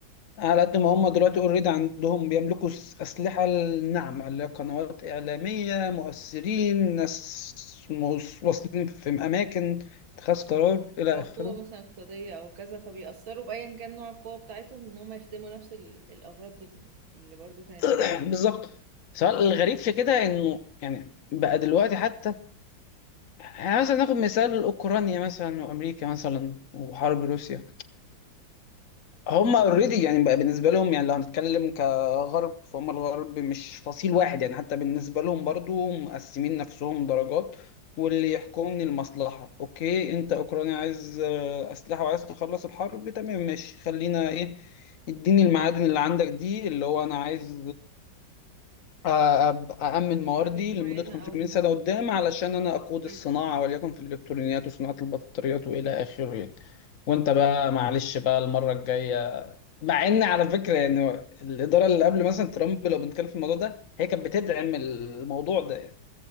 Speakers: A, on the left (about 55°); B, on the right (about 90°).
A: على قد ما هم دلوقتي اوريدي عندهم بيملكوا س- اسلحه الناعمه اللي هي قنوات اعلاميه مؤثرين ناس موس- واصلين في اماكن اتخاذ قرار الى
B: او
A: اخره
B: قوة مثلا اقتصادية او كذا فبيأثروا بأيا كان نوع القوة بتاعتهم ان هم يخدموا نفس ال- الاغراض بال- اللي برضو كانت
A: <coughs> بالظبط سؤال الغريب في كده انه يعني بقى دلوقتي حتى يعني مثلا ناخد مثال اوكرانيا مثلا وامريكا مثلا وحرب روسيا هم اوريدي يعني بقى بالنسبه لهم يعني لو هنتكلم كغرب فهم الغرب مش فصيل واحد يعني حتى بالنسبه لهم برضو مقسمين نفسهم درجات واللي يحكمني المصلحه اوكي انت اوكرانيا عايز آه، اسلحه وعايز تخلص الحرب تمام ماشي خلينا ايه اديني المعادن اللي عندك دي اللي هو انا عايز أب- أأمن مواردي
B: قرارات معينة
A: لمدة 500
B: او مع-
A: سنة قدام علشان أنا أقود الصناعة
B: أيوة.
A: وليكن في الإلكترونيات وصناعة البطاريات وإلى آخره يعني وأنت بقى معلش بقى المرة الجاية مع إن على فكرة يعني الإدارة اللي قبل مثلا ترامب لو بنتكلم في الموضوع ده هي كانت بتدعم الموضوع ده يعني